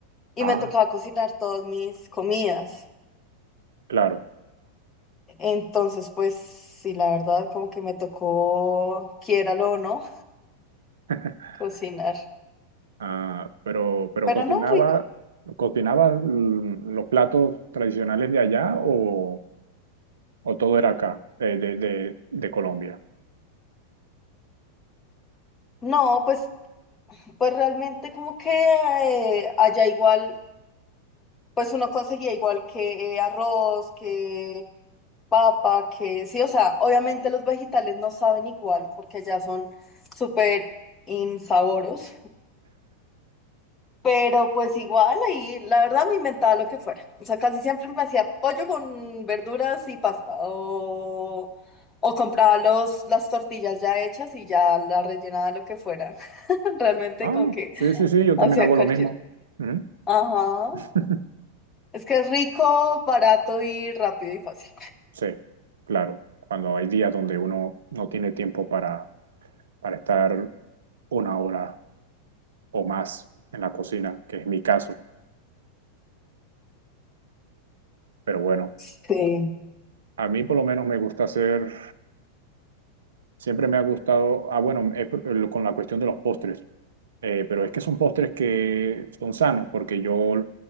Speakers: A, on the left; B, on the right.
A: y
B: Ah,
A: me tocaba cocinar todas mis comidas.
B: claro.
A: Entonces, pues sí, la verdad, como que me tocó, quiéralo o no,
B: <laughs>
A: <laughs> cocinar.
B: Ah, pero, pero
A: Pero
B: cocinaba,
A: no, rico.
B: cocinaba mm, los platos tradicionales de allá o o todo era acá, de, de, de- de Colombia.
A: No, pues, pues realmente como que eh, allá igual, pues uno conseguía igual que eh, arroz, que papa, que sí, o sea, obviamente los vegetales no saben igual porque allá son súper insaboros. Pero pues igual ahí, la verdad me inventaba lo que fuera. O sea, casi siempre me hacía pollo con verduras y pasta. O, o compraba los, las tortillas ya hechas y ya la rellenaba de lo que fuera. <laughs> Realmente
B: Ah,
A: como que
B: sí, sí, sí, yo
A: hacía
B: también hago
A: cualquier.
B: lo mismo. Mm.
A: Ajá.
B: <laughs>
A: Es que es rico, barato y rápido y fácil.
B: Sí, claro, cuando hay días donde uno no tiene tiempo para, para estar una hora o más en la cocina, que es mi caso, pero bueno,
A: Sí.
B: a mí por lo menos me gusta hacer, siempre me ha gustado, ah, bueno, he pr- con la cuestión de los postres, eh, pero es que son postres que son sanos porque yo